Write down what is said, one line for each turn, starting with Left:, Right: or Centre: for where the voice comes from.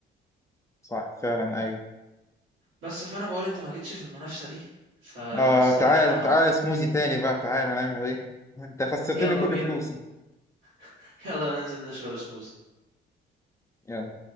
Left: صح فعلا ايوه
Right: بس فانا بقول انت ما جيتش في المنافسة دي فالصراحة
Left: اه تعالى تعالى سموزي تاني بقى تعالى هنعمل ايه <laughs> انت خسرتني
Right: يلا
Left: كل
Right: بينا
Left: فلوسي
Right: <laughs> يلا ننزل نشرب سموزي
Left: يلا